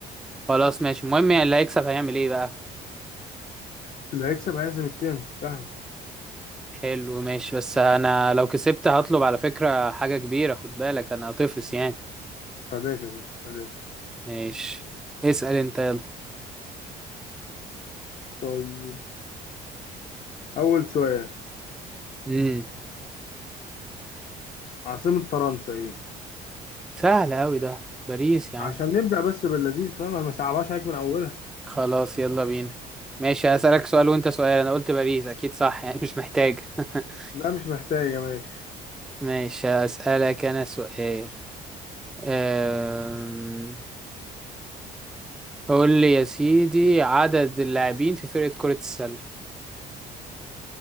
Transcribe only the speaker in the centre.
خلاص ماشي المهم يعني اللي هيكسب هيعمل ايه بقى
حلو ماشي بس انا لو كسبت هطلب على فكرة حاجة كبيرة خد بالك انا هطفس يعني
ماشي اسأل انت يلا
امم
سهل اوي ده باريس يا عم
خلاص يلا بينا ماشي هسألك سؤال وانت سؤال انا قلت باريس اكيد صح يعني مش محتاج <laughs>
ماشي هسألك انا سؤال أم... قول لي يا سيدي عدد اللاعبين في فرقة كرة السلة